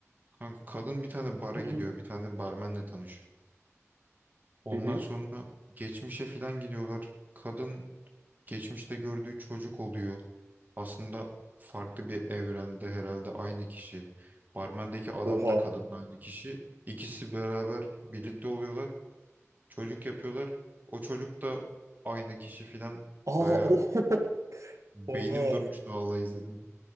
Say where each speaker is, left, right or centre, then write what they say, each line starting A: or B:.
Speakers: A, on the right; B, on the right.
A: Kanka, kadın bir tane bara
B: <clears throat>
A: gidiyor. Bir tane barmenle tanışıyor. Ondan
B: Hı hı.
A: sonra geçmişe filan gidiyorlar. Kadın geçmişte gördüğü çocuk oluyor. Aslında farklı bir evrende herhalde aynı kişi. Barmendeki adam
B: Oha.
A: da kadın da aynı kişi. İkisi beraber birlikte oluyorlar. Çocuk yapıyorlar. O çocuk da aynı kişi filan.
B: Aa <laughs>
A: Baya
B: oho.
A: beynim
B: Oha.
A: durmuştu vallahi izledim.